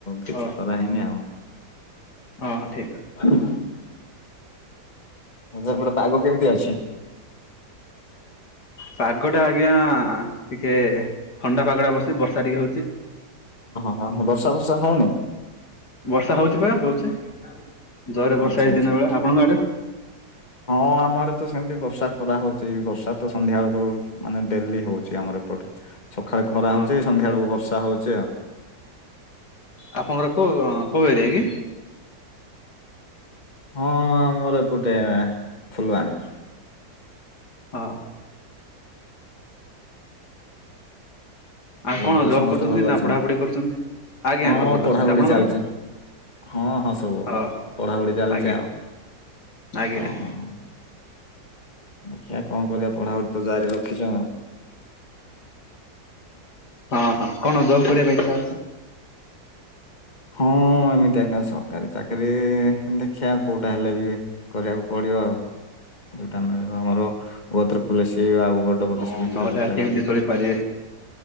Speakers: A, on the left; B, on the left.
A: କିଛି
B: ଓ
A: କରା ହେଈନି ଆଉ
B: ଓହୋ ଠିକ
A: ସ ଗୋଟେ ପାଗ କେମିତି ଅଛି?
B: ପାଗ ଟା ଆଜ୍ଞା ଟିକେ ଥଣ୍ଡା ପାଗଟା ବସି ବର୍ଷା ଟିକେ ହଉଛି
A: ହଁ ହଁ ବର୍ଷା ବର୍ଷା ହଉନି?
B: ବର୍ଷା ହଉଛି ପା କହୁଛି। ଜୋରେ ବର୍ଷା
A: ଆଚ୍ଛା
B: ହେଇଛି
A: ଆଚ୍ଛା
B: ଦିନ ବେଳେ ଆପଣଙ୍କ ଆଡେ
A: ହଁ ଆମ ଆଡେ ସେମିତି ବର୍ଷା ଖରା ହଉଛି ବର୍ଷା ତ ସନ୍ଧ୍ୟା ବେଳକୁ ମାନେ ଡେଲି ହଉଛି ଆମର ଏପଟେ ସକାଳେ ଖରା
B: ଓହୋ
A: ହଉଚି ସନ୍ଧ୍ୟା ବଳକୁ ବର୍ଷା ହଉଚି ଆଉ
B: ଆପଣଙ୍କର କୋଉ କୋଉ ଏରିଆ କି?
A: ହଁ ମୋର ଏପଟେ ଫୁଲବାଣୀ
B: ହଁ। ଆଉ
A: ହେଲେ
B: କଣ
A: ଘରେ
B: ଜବ୍
A: ସମସ୍ତେ
B: କରୁଛନ୍ତି
A: ଭଲ
B: ନା
A: ଅଛନ୍ତି
B: ପଢାପଢି କରୁଛନ୍ତି? ଆଜ୍ଞା
A: ହଁ
B: ଭଲ
A: ପଢାପଢି
B: ଅଛନ୍ତି ଆପଣଙ୍କର?
A: ଚାଲିଛି। ହଁ ହଁ ସବୁ
B: ଓ
A: ପଢାପଢି ଚାଲିଛି
B: ଆଜ୍ଞା
A: ଆଉ
B: ଆଜ୍ଞା
A: ହଁ
B: ଆଜ୍ଞା
A: ଆଛା କଣ କରିବା ପଢାପଢି ତ ଜାରି ରଖିଛ
B: ହଁ ହଁ କଣ ଜବ୍ କରିବା ପାଇଁ ଇଚ୍ଛା ଅଛି?
A: ହଁ। ଏମିତି ଆଜ୍ଞା ସରକାରୀ ଚାକିରରି ଦେଖିବା କୋଉଟା ହେଲେ ବି କରିବାକୁ ପଡିବ ଆଉ <unintelligible> ଯୋଉଟାଳ ଆମର ବତରେ କଲସୀ ଆଉ <unintelligible> <unintelligible>
B: ହଁ
A: ଭିତରେ
B: ନହେଲେ
A: ଯୋଉଟା
B: ଆ
A: ହେଲେ
B: କେମିତି
A: ବି
B: ଚଳିପାରିବେ